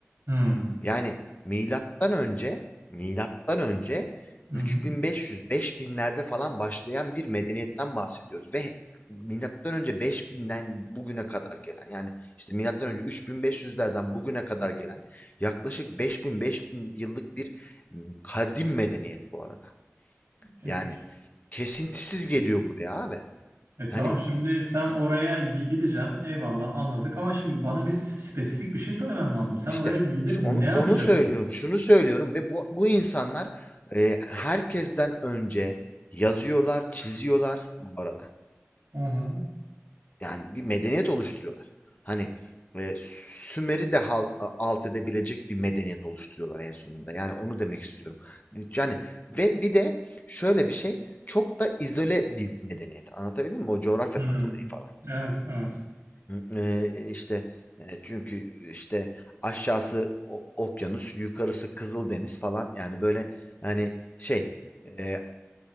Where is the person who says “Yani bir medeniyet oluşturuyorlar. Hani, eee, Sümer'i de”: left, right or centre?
Left